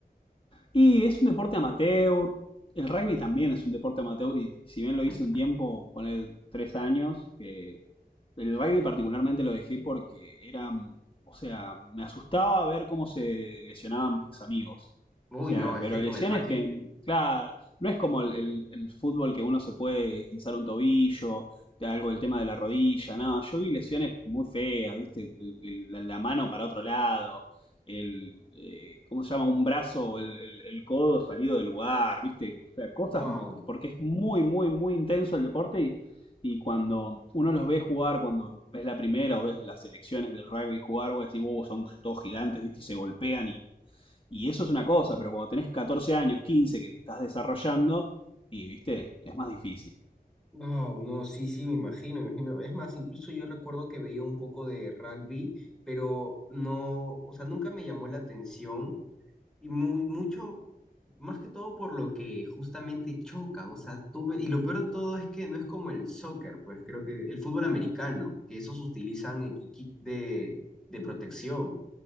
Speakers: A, on the left (about 35°); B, in the centre.
A: Y es un deporte amateur. El rugby también es un deporte amateur y si bien lo
B: El-
A: hice un tiempo, poner tres años, eh, El rugby particularmente lo dejé porque era, o sea, me asustaba ver cómo se lesionaban mis amigos.
B: Uy,
A: O sea,
B: no, es
A: pero
B: que con
A: lesiones
B: el rugby.
A: que, claro, no es como el, el- el fútbol que uno se puede guinzar un tobillo, de algo del tema de la rodilla, no, yo vi lesiones muy feas, viste, El- el- la, la mano para otro lado, el, eh, ¿cómo se llama? Un brazo, el, el- el codo salido del lugar, viste, o sea, cosas,
B: wow.
A: porque es muy, muy, muy intenso el deporte y cuando uno los ve jugar, cuando ves la primera o ves las selecciones del rugby jugar, vos decís, wow, son todos gigantes, ¿viste? Y se golpean y, y eso es una cosa, pero cuando tenés 14 años, quince que te estás desarrollando, y, ¿viste? Es más difícil.
B: No, no, sí, sí, me imagino, me imagino. Es más, incluso yo recuerdo que veía un poco de rugby, pero no, o sea, nunca me llamó la atención y muy, mucho, más que todo por lo que justamente chocan, o sea, tuve, y lo peor de todo es que no es como el soccer, pues creo que el fútbol americano, que esos utilizan el kit de, de protección.